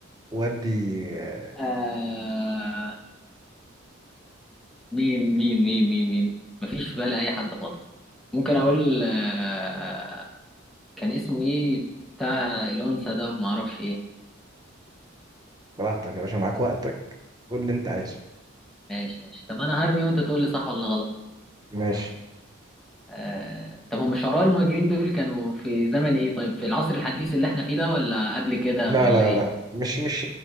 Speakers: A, on the right; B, in the centre.
A: ودي آه،
B: آه... مين مين مين مين مين مفيش في بالي أي حد خالص ممكن أقول آه... كان اسمه إيه بتاع الأنثى ده وما أعرفش إيه
A: براحتك يا باشا معاك وقتك قول اللي انت عايزه
B: ماشي ماشي طب أنا هرمي وأنت تقول لي صح ولا غلط
A: ماشي
B: آه، طب هم شعراء المهاجرين دول كانوا في زمن ايه طيب في العصر الحديث اللي احنا فيه ده ولا قبل كده
A: لا
B: ولا
A: لا
B: ايه
A: لا مش مش